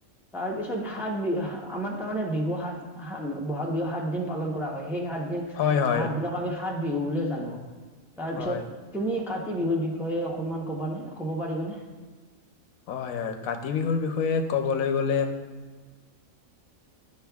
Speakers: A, in the centre; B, on the left.
A: তাৰ পিছত সাত বিহু আমাৰ তাৰমানে বিহু সাত, সাত ব'হাগ বিহু সাত দিন পালন কৰা হয় সেই সাত দিন
B: হয়
A: সাত দিনক আমি সাত বিহু বুলিয়ে জানো তাৰ
B: হয়
A: পিছত
B: হয়
A: তুমি কাতি বিহুৰ বিষয়ে অকমান কবানে, ক'ব পাৰিবানে?
B: হয়', হয়', কাতি বিহুৰ বিষয়ে ক'বলৈ গ'লে,